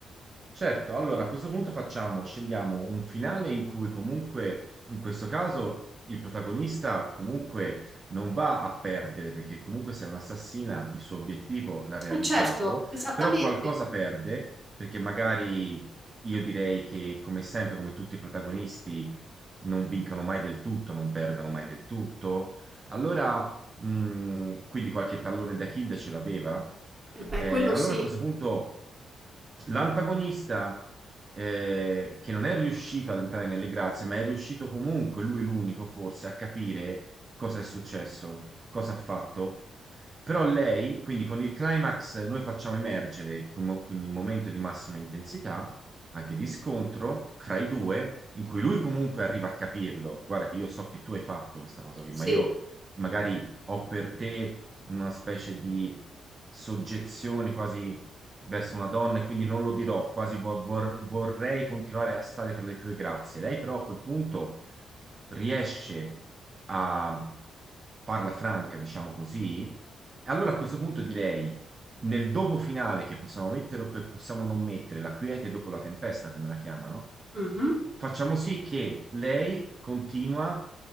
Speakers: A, on the right; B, on the right.
A: Certo, allora a questo punto facciamo, scegliamo un finale in cui comunque, in questo caso, il protagonista comunque non va a perdere, perché comunque se è un'assassina il suo obiettivo l'ha realizzato,
B: Eh certo, esattamente.
A: però qualcosa perde, perché magari io direi che come sempre, come tutti i protagonisti, non vincono mai del tutto, non perdono mai del tutto. Allora, mh, quindi qualche tallone da kill ce l'aveva?
B: Eh beh,
A: Eh,
B: quello
A: allora
B: sì,
A: a questo punto l'antagonista eh, che non è riuscito ad entrare nelle grazie, ma è riuscito comunque, lui l'unico forse, a capire cosa è successo, cosa ha fatto. Però lei, quindi con il climax noi facciamo emergere quel mo- quel momento di massima intensità, anche di scontro fra i due, in cui lui comunque arriva a capirlo. Guarda che io so che tu hai fatto questa cosa qui,
B: sì.
A: ma io magari ho per te una specie di soggezione quasi verso una donna e quindi non lo dirò, quasi vo- vor- vorrei continuare a stare tra le tue grazie. Lei però a quel punto riesce a farla franca, diciamo così, e allora a questo punto direi, nel dopo finale che possiamo mettere o che possiamo non mettere, la quiete dopo la tempesta, come la chiamano,
B: Mhm.
A: Facciamo sì che lei continua